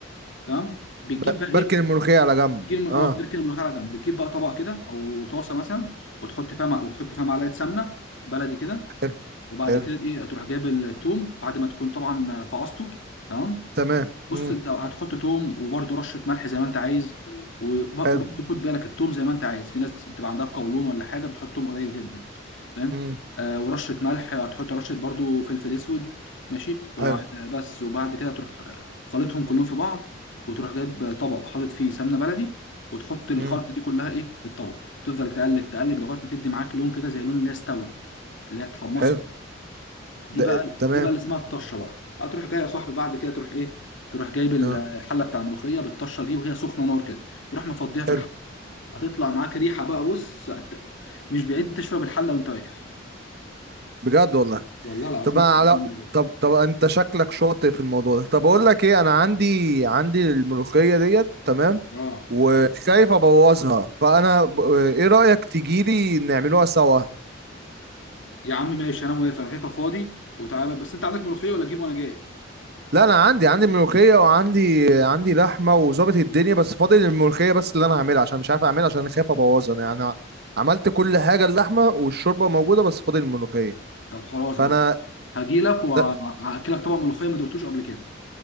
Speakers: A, on the left; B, on the right.
A: تمام بتجيب
B: ب-
A: بقى
B: بركن
A: ايه
B: الملوخية على جنب
A: بتجيب اه
B: اه
A: بتركن الملوخيه على جنب بتجيب بقى طبق كده او طاسه مثلا وتحط فيها مع... وتحط فيها معلقه سمنه بلدي كده
B: حلو
A: وبعد
B: حلو
A: كده ايه هتروح جايب التوم بعد ما تكون طبعا فعصته تمام
B: تمام
A: بص
B: امم
A: انت هتحط توم وبرده رشه ملح زي ما انت عايز وب- وبرده
B: حلو
A: خد بالك التوم زي ما انت عايز في ناس بتبقى عندها قولون ولا حاجه بتحط توم قليل جدا فاهم
B: امم
A: آه ورشه ملح هتحط رشه برده فلفل اسود ماشي ولو
B: حلو
A: عايز بس وبعد كده تروح خلطهم كلهم في بعض وتروح جايب طبق حاطط فيه سمنه بلدي وتحط الخلطه
B: امم
A: دي كلها ايه في الطبق تفضل تقلب تقلب لغايه ما تدي معاك لون كده زي لون اللي هي استوت اللي هي اتحمصت
B: حلو
A: دي
B: ده
A: بقى
B: تمام
A: دي بقى اللي اسمها الطشه بقى هتروح جاي يا صاحبي بعد كده تروح ايه تروح جايب ال-
B: اه
A: الحله بتاع الملوخيه بالطشه دي وهي سخنه نار كده تروح مفضيها في
B: حلو
A: الحله هتطلع معاك ريحه بقى بص هت- مش بعيد تشرب الحله وانت واقف
B: بجد والله
A: والله العظيم
B: طب انا
A: هتبقى
B: على
A: بعيد
B: طب طب انت شكلك شاطر في الموضوع ده طب اقول لك ايه انا عندي عندي الملوخيه ديت تمام
A: اه
B: وخايف
A: ايوه
B: ابوظها فانا ب... ايه رايك تجيلي نعملوها سوا
A: يا عم ماشي انا موافق انا كده كده فاضي وتعالى بس انت عندك ملوخيه ولا اجيب وانا جاي
B: لا انا عندي عندي ملوخيه وعندي عندي لحمه وظابط الدنيا بس فاضل الملوخيه بس اللي انا هعملها عشان مش عارف اعملها عشان انا خايف ابوظها انا يعني عملت كل حاجه اللحمه والشوربه موجوده بس فاضل الملوخيه
A: طب خلاص
B: فانا
A: لو كده هجيلك وهاكلك
B: ده
A: طبق ملوخيه ما دقتوش قبل كده